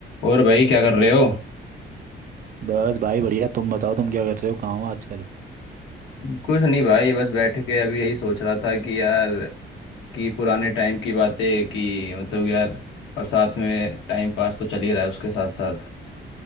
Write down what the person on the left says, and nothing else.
और भाई क्या कर रहे हो
कुछ नहीं भाई बस बैठ के अभी यही सोच रहा था कि यार कि पुराने टाइम की बातें कि मतलब यार और साथ में टाइम पास तो चल ही रहा है उसके साथ साथ